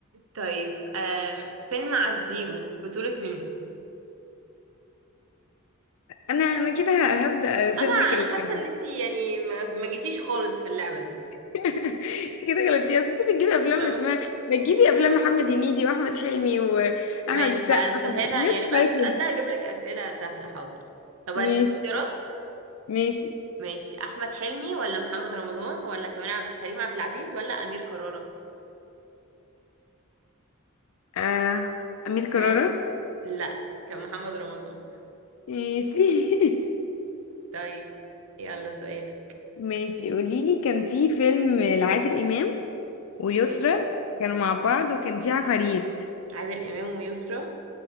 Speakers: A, on the right (about 70°); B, on the left (about 75°).
A: طيب آم، فيلم على الزيرو بطولة مين؟
B: انا انا كده ه- هبدأ اسيب
A: انا انا
B: لك اللعبة
A: حاسه ان انتي يعني ما, ما جيتيش خالص في اللعبه دي
B: <laughs> انت كده غلبتي اصل انت بتجيبي افلام
A: طب
B: اسمها بتجيبي افلام محمد هنيدي واحمد حلمي واحمد
A: ماشي
B: السقا
A: هسهلها
B: احمد الناس
A: يعني بعد
B: بتاعتنا
A: السؤال
B: دي
A: ده هجيب لك اسئله سهله حاضر طب هديك
B: ماشي
A: اختيارات
B: ماشي
A: ماشي احمد حلمي ولا محمد رمضان ولا كريم عب- كريم عبد العزيز ولا امير كرارة
B: آه. امير كرارة
A: آه. لا كان محمد رمضان
B: ماشي <laughs>
A: طيب يلا سؤالك
B: ماشي قولي لي كان في فيلم لعادل امام ويسرا
A: ماشي
B: كانوا مع بعض وكان في عفاريت
A: عادل امام ويسرى